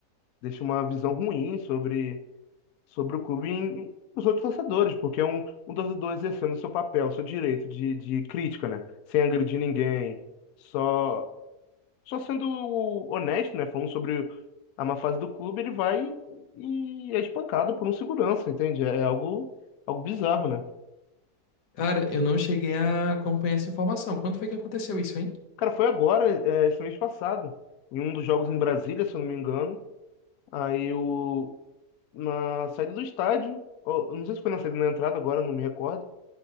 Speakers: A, on the left; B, on the left.
A: deixa uma visão ruim sobre, sobre o clube em, em- os outros torcedores, porque é um, um torcedor exercendo seu papel, seu direito de, de crítica, né, sem agredir ninguém, só só sendo honesto, né? Falando sobre a má fase do clube, ele vai e é espancado por um segurança, entende? É algo, algo bizarro, né?
B: Cara, eu não cheguei a acompanhar essa informação. Quando foi que aconteceu isso, hein?
A: Cara, foi agora, é, esse mês passado, em um dos jogos em Brasília, se eu não me engano. Aí o, na saída do estádio, ou, não sei se foi na saída ou na entrada, agora não me recordo.